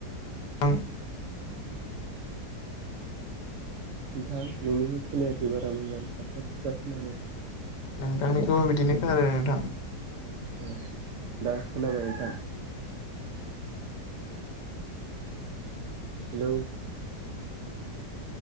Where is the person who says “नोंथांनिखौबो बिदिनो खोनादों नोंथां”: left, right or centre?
Left